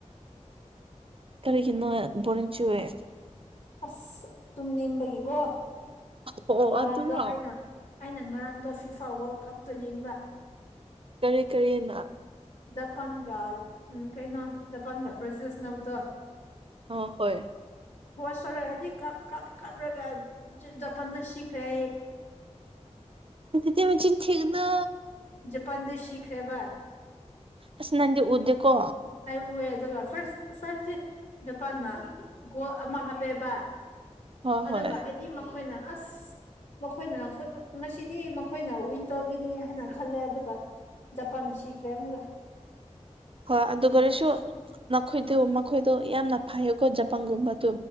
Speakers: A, on the right; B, on the left.
A: ꯀꯔꯤ ꯀꯅ ꯄꯨꯅꯤ ꯆꯋꯦ
B: ꯑꯁ ꯇꯨꯝꯃꯤꯅꯤꯝꯕꯒꯤꯒꯣ
A: ꯑꯣ
B: ꯉꯔꯥꯡꯗꯣ
A: ꯑꯗꯨꯔꯣ
B: ꯑꯩꯅ ꯑꯩꯅ ꯉꯔꯥꯡꯗꯣ ꯐꯤꯐꯥ ꯋꯥꯔꯜ ꯀꯞꯇꯣ ꯌꯦꯡꯕ
A: ꯀꯔꯤ ꯀꯔꯤꯅ
B: ꯖꯄꯥꯥꯟꯒ ꯎꯝ ꯀꯩꯅꯣ ꯖꯄꯥꯥꯟꯒ ꯭ꯔꯦꯖꯤꯜꯁ ꯅꯕꯗꯣ
A: ꯑꯣ ꯍꯣꯏ
B: ꯍ ꯁꯅꯖꯤ ꯀ ꯀ ꯀꯔꯒ ꯄꯟꯗ ꯁꯤꯈ꯭ꯔꯦ
A: ꯗꯤ ꯃ ꯊꯒꯅ
B: ꯖꯄꯥꯟꯗ ꯁꯤꯈ꯭ꯔꯦꯕ
A: ꯑꯁ ꯅꯗꯤ ꯎꯗ ꯀꯣ
B: ꯑꯩ ꯎꯑꯦ ꯑꯗꯨꯒ ꯐꯔ ꯐꯁꯦ ꯖꯄꯥꯟꯅ ꯒꯣ ꯑꯃ ꯍꯥꯞꯄꯦꯕ
A: ꯍꯣꯏ
B: ꯑꯗꯨꯒ
A: ꯍꯣꯏ
B: ꯑꯩꯗꯤ ꯃꯈꯣꯏꯅ ꯑꯁ ꯃꯈꯣꯏꯅ ꯉꯁꯤꯗꯤ ꯃꯈꯣꯏꯅ ꯋꯤꯟ ꯇꯧꯈꯤꯅꯤ ꯍꯥꯏꯅ ꯈꯜꯂꯦ ꯑꯗꯨꯒ ꯄꯥꯟꯅ ꯁꯤꯤꯈꯔꯦ ꯃꯒ
A: ꯍꯣꯏ ꯑꯗꯨꯒ ꯑꯣꯏꯔꯁꯨ ꯅꯈꯣꯏꯗꯨ ꯃꯈꯣꯏꯗꯣ ꯌꯥꯝꯅ ꯐꯩ ꯣ ꯖꯄꯥꯟꯒꯨꯝꯕꯗꯨ